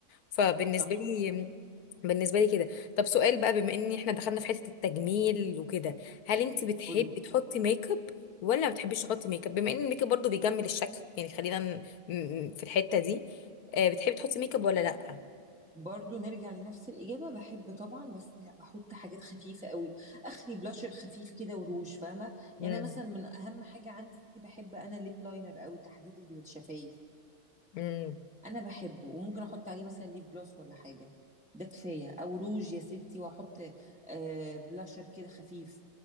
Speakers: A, on the left; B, in the centre.
A: فبالنسبه
B: صح
A: لي بالنسبه لي كده طب سؤال بقى بما ان احنا دخلنا في حته التجميل وكده هل انت بتحبي
B: قولي
A: تحطي ميك اب ولا ما بتحبيش تحطي ميك اب بما ان الميك اب برضه بيجمل الشكل يعني خلينا ن- م- في الحته دي آه، بتحبي تحطي ميك اب ولا لا
B: برضو نرجع لنفس الإجابة بحب طبعا بس بحط حاجات خفيفة قوي آخري بلاشر خفيف كده وروج فاهمة
A: امم
B: يعني أنا مثلا من أهم حاجة عندي بحب أنا الليب لاينر قوي تحديد الشفايف
A: امم
B: أنا بحبه وممكن أحط عليه مثلا ليب جلوس ولا حاجة ده كفاية أو روج يا ستي وأحط آه بلاشر كده خفيف